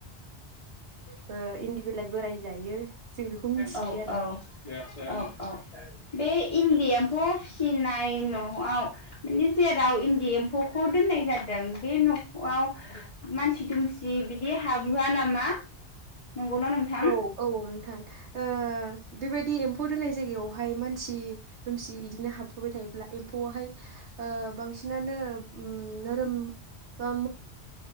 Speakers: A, on the right; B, on the left.
A: ओ
B: <unintelligible>
A: इन्दि बिलाइ बोराय जायो जों बेखौ मिथियो
B: औ
A: आरो
B: औ औ औ बे इन्दि एम्फौ फिसिनाय न'आव माने जेराव इन्दि एम्फौखौ दोननाय जाद दों बे न'आव मानसि दुमसि बिदि हाबहोआ नामा? नंगौ ना नोंथां?
A: औ औ नोंथां ओ बेबायदि एम्फौ दोननाय जायगायावहाय मानसि दुमसि बि इदिनो हाबफोबाय थायोब्ला एम्फौआवहाय ओ बांसिनानो नोरोम बा